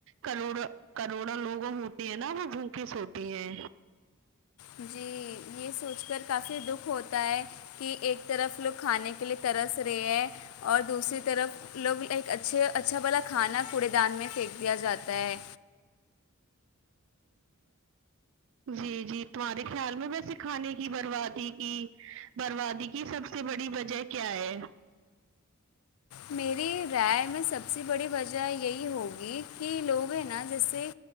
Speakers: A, on the right (about 65°); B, on the left (about 85°).
A: کروڑ کروڑوں لوگ ہوتے ہیں نا وہ بھوکے سوتے ہے
B: جی یہ سوچ کر کافی دکھ ہوتا ہے کہ ایک طرف لوگ کھانے کے لیے ترس رہے ہیں اور دوسری طرف لوگ ایک اچھے اچھا والا کھانا کوڑے دان میں پھینک دیا جاتا ہے
A: جی جی تمہارے خیال میں ویسے کھانے کی بربادی کی بربادی کی سب سے بڑی وجہ کیا ہے
B: میری رائے میں سب سے بڑی وجہ یہی ہوگی کہ لوگ ہیں نا جیسے